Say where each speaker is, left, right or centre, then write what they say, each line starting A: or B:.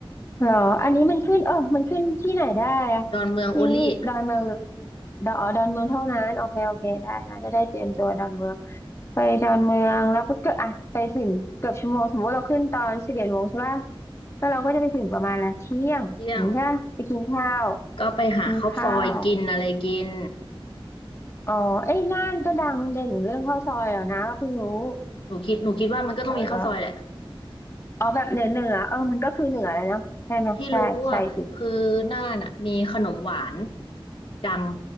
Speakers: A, on the left; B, on the left.
A: เหรออันนี้มันขึ้นเออมันขึ้นที่ไหนได้อะที่ดอนเมืองหรือ
B: ดอนเมืองโอลี่
A: ดอนอ๋อดอนเมืองเท่านั้นโอเคโอเคได้นะจะได้เตรียมตัวดอนเมืองไปดอนเมืองแล้วก็อ่ะไปถึงเกือบชั่วโมงสมมติว่าเราขึ้นตอนสิบเอ็ดโมงใช่ป่ะแล้วเราก็จะไปถึงประมาณละเที่ยงอย่างนี้ใช่ปะไปกินข้าว
B: เที่ยงก็ไปหาข้าวซอยกินอะไรกิน
A: กินข้าวอ๋อเอ้ยน่านก็ดังเด่นเรื่องข้าวซอยเหรอนะก็เพิ่งรู้
B: หนูคิดหนูคิดว่ามันก็ต้องมีข้าวซอยแหละ
A: อ๋อเหรออ๋อแบบเหนือเหนือเออมันก็คือเหนือเลยเนาะใช่ไหมใช่ใช่สิ
B: ที่รู้อ่ะคือน่านอ่ะมีขนมหวานดัง